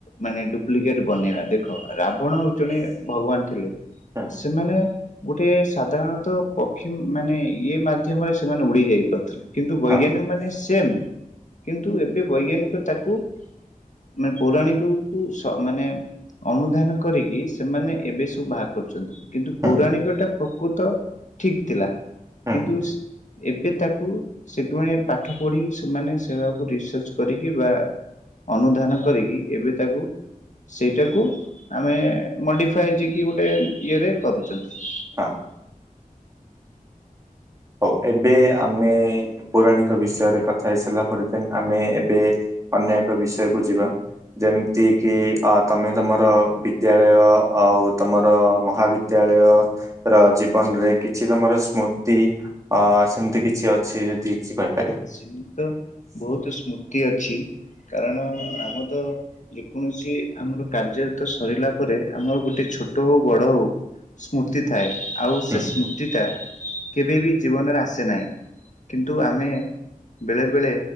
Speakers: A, on the left; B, on the right.
A: ମାନେ ଡୁପ୍ଲିକେଟ ବନେଇବା ଦେଖ ରାବଣ ଜଣେ ଭଗବାନ ଥିଲେ।
B: ହୁଁ
A: ସେମାନେ ଗୋଟେ ସାଧାରଣତଃ ପକ୍ଷୀ ମାନେ ଇଏ ମା ମାଧ୍ୟମରେ ସେମାନେ ଉଡି ଯାଇ ପାରୁଥିଲେ କିନ୍ତୁ ବୈଜ୍ଞାନିକ
B: ହଁ
A: ମାନେ ସେମ୍। କିନ୍ତୁ ଏବେ ବୈଜ୍ଞାନିକ ତାକୁ ମା ପୌରାଣିକକୁ ସ ମାନେ ଅନୁଧ୍ୟାନ କରିକି ସେମାନେ ଏବେ ସବୁ ବାହା କରୁଚନ୍ତି। କିନ୍ତୁ
B: ହୁଁ
A: ପୌରାଣିକ ଟା ପ୍ରକୃତ ଠିକ୍ ଥିଲା।
B: ହୁଁ
A: କିନ୍ତୁ ଏବେ ତାକୁ <unintelligible> ପାଠ ପଢ଼ିକି ସେମାନେ ସେରାକୁ ରିସର୍ଚ କରିକି ବା ଅନୁଧ୍ୟାନ କରିକି ଏବେ ତାକୁ ସେଇଟାକୁ ଆମେ ମଡିଫାଏ ଯିଏକି ଗୋଟେ ଇଏରେ କରୁଚନ୍ତି।
B: ଫା। ହଉ ଏବେ ଆମେ ପୌରାଣିକ ବିଷୟରେ କଥା ହେଇସାରିଲା ପରେ ଦେନ୍ ଆମେ ଏବେ ଅନ୍ୟ ଏକ ବିଷୟକୁୁ ଯିବା। ଯେମିତି କିି ଅ ତମେ ତମର ବିଦ୍ୟାଳୟ ଆଉ ତମର ମହାବି ବିଦ୍ୟାଳୟ ର ଜୀବନରେ କିଛି ତମର ସ୍ମୃତି ଅ ସେମିତି କିଛି ଅଛି ଯଦି କିଛି କହିବେ।
A: ସେମିତି ତ ବହୁତୁ ସ୍ମୃତି ଅଛି କାରଣ ଆମ ତ ଯେକୌଣସି ଆମର କାର୍ଯ୍ୟରତ ସରିଲା ପରେ ଆମର ଗୋଟେ ଛୋଟ ହଉ ବଡ ହଉ ସ୍ମୃତି ଥାଏ ଆଉ ସେ
B: ହୁଁ
A: ସ୍ମୃତିଟା କେବେ ବି ଜୀବନରେ ଆସେ ନାଇଁ। କିନ୍ତୁ ଆମେ ବେଳେବେଳେ